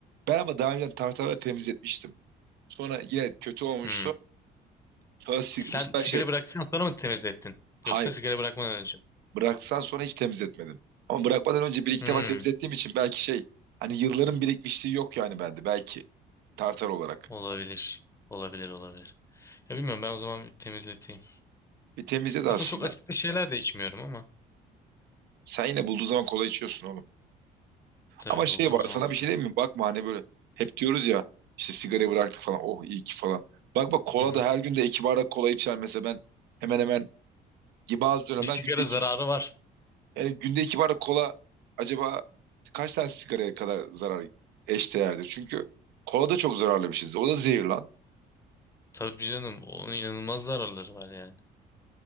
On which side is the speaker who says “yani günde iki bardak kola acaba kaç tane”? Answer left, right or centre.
Right